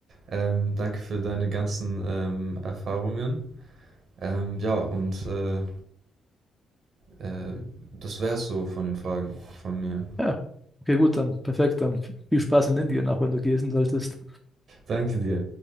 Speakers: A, on the right; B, in the centre.
A: Ähm, danke für deine ganzen, ähm, Erfahrungen. Ähm, ja, und, äh Äh, das wär's so von den Fragen von mir.
B: Ja, okay, gut, dann perfekt, dann viel Spaß in Indien, auch wenn du gehen solltest.
A: Danke dir.